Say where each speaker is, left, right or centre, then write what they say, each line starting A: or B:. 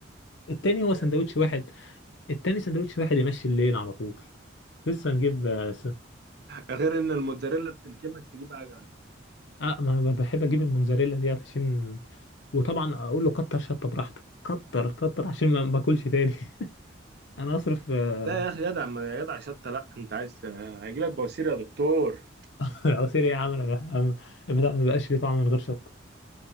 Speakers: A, on the left (about 65°); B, on the right (about 55°).
A: التاني
B: <laughs>
A: هو
B: ياه.
A: سندوتش واحد التاني سندوتش واحد يمشي الليل على طول لسه نجيب اه س-
B: غير ان الموتزاريلا بتلكمك تجيب عجله
A: آه، ما انا بحب اجيب الموزاريلا دي عشان وطبعا اقول له كتر شطه براحتك كتر كتر عشان ما ما باكلش تاني <laughs> انا اصرف آه،
B: لا يا اخي جدع ما يا جدع شطه لا انت عايز هيجي لك بواسير يا دكتور
A: <laughs> عصير ايه يا عم انا بح- أنا البتاع ما بقاش ليه طعم من غير شطه